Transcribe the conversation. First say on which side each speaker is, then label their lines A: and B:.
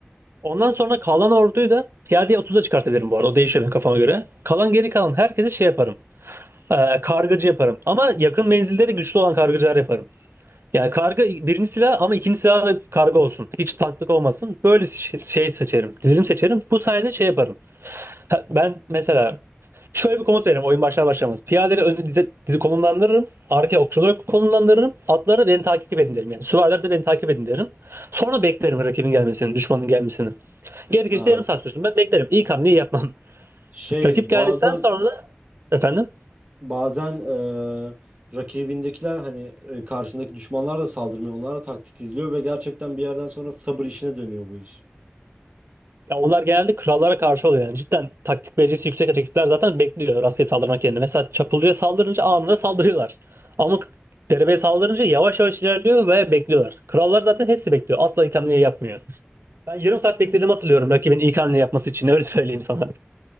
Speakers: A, on the right; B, on the right.
A: Ondan sonra kalan orduyu da piyadeye 30'a çıkartabilirim bu arada. O değişiyor benim kafama göre. Kalan geri kalan herkesi şey yaparım. Ee, kargıcı yaparım. Ama yakın menzilde de güçlü olan kargıcılar yaparım. Yani karga birinci silah ama ikinci silah da karga olsun. Hiç tanklık olmasın. Böyle şey, şey seçerim. Dizilim seçerim. Bu sayede şey yaparım. Ta- Ben mesela şöyle bir komut veririm oyun başlar başlamaz. Piyadeleri önü dizi, dizi konumlandırırım. Arkaya okçuları konumlandırırım. Atları beni takip edin derim yani. Süvariler de beni takip edin derim. Sonra beklerim rakibin gelmesini, düşmanın gelmesini. Gerekirse
B: Ha,
A: yarım saat sürsün ben beklerim. İlk hamleyi yapmam. <laughs>
B: şey
A: Rakip geldikten
B: bazen
A: sonra efendim
B: Bazen eee, rakibindekiler hani e, karşındaki düşmanlar da saldırmıyor. Onlar da taktik izliyor ve gerçekten bir yerden sonra sabır işine dönüyor bu iş.
A: Ya onlar genelde krallara karşı oluyor yani. Cidden taktik becerisi yüksek rakipler zaten bekliyor rastgele saldırmak yerine. Mesela Çapulcu'ya saldırınca anında saldırıyorlar. Ama derebeye saldırınca yavaş yavaş ilerliyor ve bekliyorlar. Krallar zaten hepsi bekliyor. Asla ilk hamleyi yapmıyor. Ben yarım saat beklediğimi hatırlıyorum rakibin ilk hamle yapması için. Öyle <laughs> söyleyeyim sana.